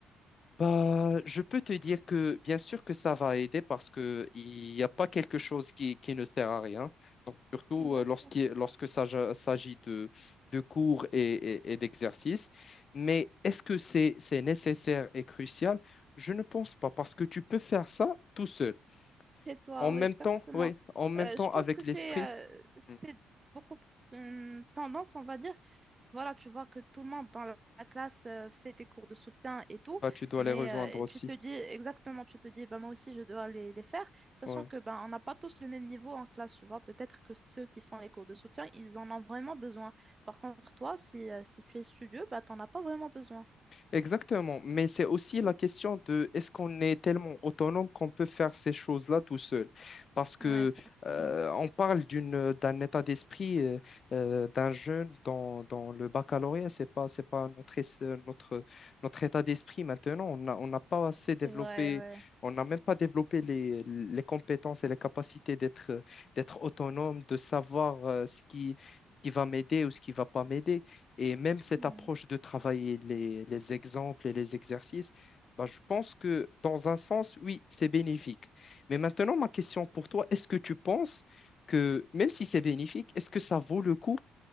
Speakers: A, on the left (about 45°); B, on the right (about 25°).
A: Bah, je peux te dire que bien sûr que ça va aider parce que il n'y a pas quelque chose qui, qui ne sert à rien. Donc, surtout
B: exact.
A: euh, lorsqu'il- lorsque ça ja- s'agit de, de cours et, et- et d'exercices. Mais est-ce que c'est, c'est nécessaire et crucial? Je ne pense pas parce que tu peux faire ça tout seul.
B: Chez toi,
A: En même
B: oui, exactement.
A: temps, oui, en même
B: Euh,
A: temps
B: je pense
A: avec
B: que
A: l'esprit,
B: c'est euh, c'est
A: Mm.
B: beaucoup plus une tendance, on va dire. Voilà, tu vois que tout le monde dans la la classe euh, fait des cours de soutien et tout,
A: bah, tu dois
B: mais
A: les rejoindre aussi.
B: euh, tu te dis exactement, tu te dis, bah, moi aussi, je dois les, les faire, sachant
A: ouais.
B: que ben on n'a pas tous le même niveau en classe, tu vois. Peut-être que ceux qui font les cours de soutien, ils en ont vraiment besoin. Par contre, toi, si, euh, si tu es studieux, bah, tu n'en as pas vraiment besoin.
A: Exactement, mais c'est aussi
B: Mm.
A: la question de est-ce qu'on est tellement autonome qu'on peut faire ces choses-là tout seul? Parce que
B: Ouais, exactement.
A: euh, on parle d'une d'un état d'esprit euh, euh, d'un jeune dans, dans le baccalauréat, c'est pas c'est pas notre es- notre notre état d'esprit maintenant. On a- on n'a pas assez
B: C'est
A: développé,
B: vrai, ouais.
A: on n'a même pas développé les, les compétences et les capacités d'être d'être autonome, de savoir euh, ce qui qui va m'aider ou ce qui va pas m'aider. Et même cette
B: Mmh.
A: approche de travailler les, les exemples et les exercices, bah, je pense que dans un sens, oui, c'est bénéfique. Mais maintenant, ma question pour toi, est-ce que tu penses que, même si c'est bénéfique, est-ce que ça vaut le coup